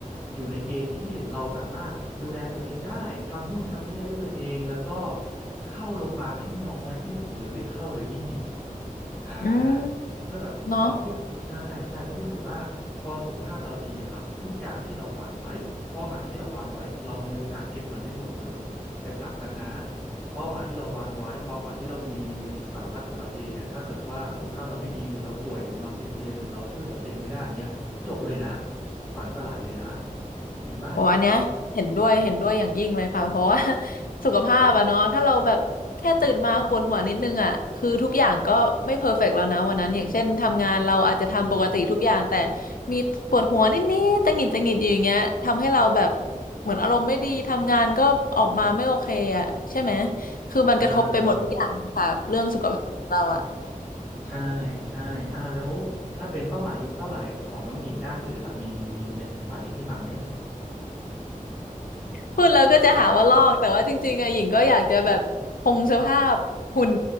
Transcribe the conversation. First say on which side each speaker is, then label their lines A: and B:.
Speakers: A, on the left; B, on the left.
A: อยู่ในเกณฑ์ที่เราสามารถดูแลตัวเองได้ทำนู่นทำนี่ได้ด้วยตัวเองแล้วก็เข้าโรงพยาบาลให้น้อยที่สุดหรือไม่เข้าเลยยิ่งดี อ่า
B: อืม
A: เพื่อแบบเพราะพี่ใช่ใช่เพราะพี่รู้สึกว่าพอสุขภาพเราดีอะครับทุกอย่างที่เราฝันไว้เป้าหมายที่เราวางไว้เรามีโอกาสเก็บมันได้หมดเลยแต่กลับกันนะ
B: เนาะ
A: เป้าหมายที่เราวางไว้ความฝันที่เรามีสารพัดสารเพเนี่ยถ้าเกิดว่าสุขภาพเราไม่ดีหรือเราป่วยหรือนอนติดเตียงหรือเราช่วยเหลือตัวเองไม่ได้อย่างเงี้ยจบเลยนะฝันสลายเลยนะจริงปะ
B: โอ้อันเนี้ยเห็นด้วยเห็นด้วยอย่างยิ่งเลยค่ะเพราะว่า <laughs> สุขภาพอะเนาะถ้าเราแบบแค่ตื่นมาปวดหัวนิดนึงอะคือทุกอย่างก็ไม่เพอร์เฟกต์แล้วนะวันนั้นอย่างเช่นทำงานเราอาจจะทำปกติทุกอย่างแต่มีปวดหัวนิดๆตะหงิดตะหงิดอยู่อย่างเงี้ยทำให้เราแบบเหมือนอารมณ์ไม่ดีทำงานก็ออกมาไม่โอเคอะใช่ไหมคือมันกระทบไปหมดทุกอย่างเลยค่ะเรื่องสุขภาพของเราอะ
A: ใช่ <clears throat> ใช่ใช่อ่าแล้วถ้าเป็นเป้าหมายเป้าหมายของน้องหญิงด้านอื่นล่ะมีมีมีเนี่ยแบ่งปันให้พี่ฟังไหม
B: พูดแล้วก็จะหาว่าลอกแต่ว่าจริงๆอะหญิงก็อยากจะแบบคงสภาพหุ่น